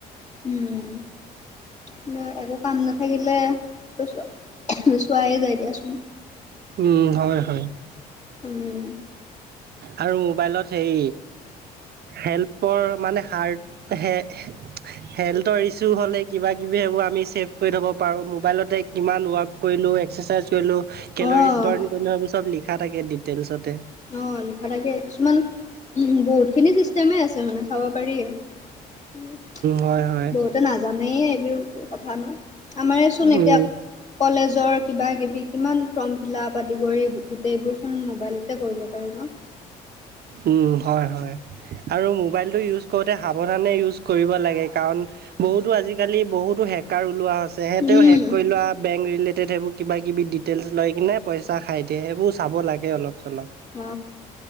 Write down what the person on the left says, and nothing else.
উম উম একো কাম নাথাকিলে এ চোৱা চোৱাই যায় দিয়াচোন
উম,
অ',
অ লিখা থাকে কিছুমান বহুতখিনি চিষ্টেমে আছে মানে চাব পাৰি উম
বহুতে নাজানেই এইবোৰ কথা ন আমাৰেচোন এতিয়াক
কলেজৰ কিবা কিবি কিমান ফৰ্ম ফিলাপ আদি কৰি গোটেইবোৰ চোন মোবাইল তে কৰিব পাৰে ন।
উম,
অ